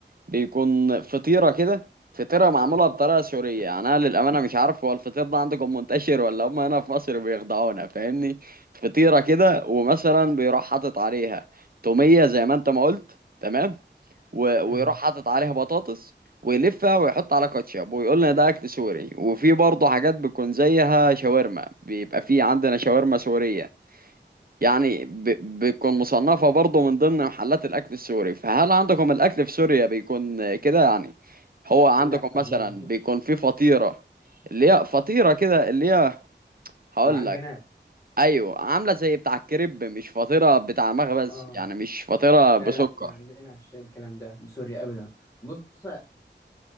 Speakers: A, on the right; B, on the left.
A: بيكون فطيره كده فطيره معموله بطريقه سوريه يعني انا للامانه مش عارف هو الفطير ده عندكم منتشر ولا هم هنا في مصر بيخدعونا فاهمني فطيره كده ومثلا بيروح حاطط عليها توميه زي ما انت ما قلت تمام و- ويروح
B: أمم.
A: حاطط عليها بطاطس ويلفها ويحط على كاتشب ويقول لنا ده اكل سوري وفي برضه حاجات بتكون زيها شاورما بيبقى في عندنا شاورما سورية يعني ب- بتكون مصنفة برضه من ضمن محلات الأكل السوري فهل عندكم الأكل في سوريا بيكون كده يعني هو عندكم
B: لا ما
A: مثلا
B: ما فيش
A: بيكون في فطيرة اللي هي فطيرة كده اللي هي هقول
B: معجنات
A: لك أيوة عاملة زي بتاع الكريب مش فطيرة بتاع مخبز
B: اه
A: يعني مش فطيرة
B: لا
A: بسكر
B: لا ما عندناش الكلام ده بسوريا أبدا بص